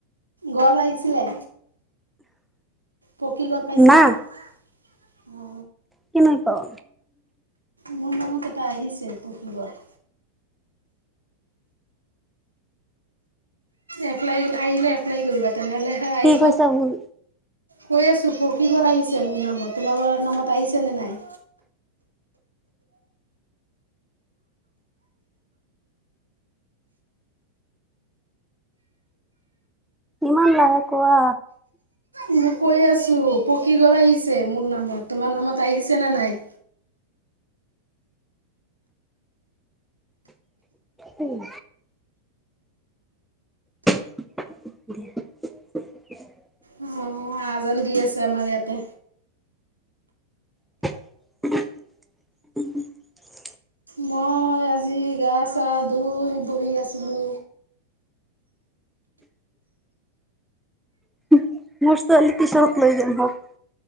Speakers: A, on the right; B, in the centre.
A: ঘৰত আহিছিলে? পকী ঘৰ পাইছিলা?
B: না
A: আহ।
B: কিনেই পাও।
A: মোৰ নামত এটা আহিছে পকী ঘৰ। এপ্লাই আহিলে, এপ্লাই কৰিবা তেনেহলেহে আহিব।
B: কি কৈছা বুল
A: কৈ আছোঁ, পকি ঘৰ আহিছে মোৰ নামত তোমাৰ লোকৰ নামত আহিছেনে নাই?
B: ইমান লাহে কোৱা।
A: মই কৈ আছোঁ। পকী ঘৰ আহিছে মোৰ নামত তোমাৰ নামত আহিছে নে নাই?
B: উম। <unintelligible>
A: অঁ আজান দি আছে আমাৰ ইয়াতে।
B: <unintelligible>
A: মই আজি গা চা ধুই বহি আছিলো
B: <unintelligible>